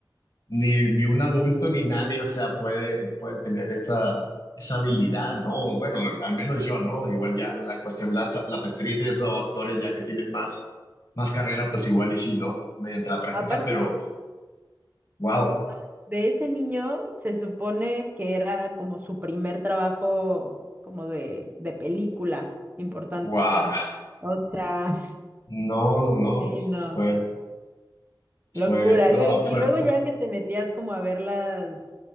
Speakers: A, on the left; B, on the right.
A: ni, ni un adulto ni nadie, o sea, puede, puede tener esa, esa habilidad, ¿no? Bueno, al menos yo, ¿no? Igual ya la cuestión, las, las actrices o actores ya que tienen más, más carrera, pues igual y sí, ¿no? Mediante la práctica,
B: Aparte
A: pero, wow,
B: no, de de ese niño, se supone que era como su primer trabajo como de, de película importante.
A: wow,
B: O sea,
A: no, no,
B: <laughs>
A: no.
B: sí, no,
A: Fue, Fue,
B: locura.
A: no,
B: Luego-
A: fue,
B: y luego
A: fue-
B: ya que te metías como a ver las,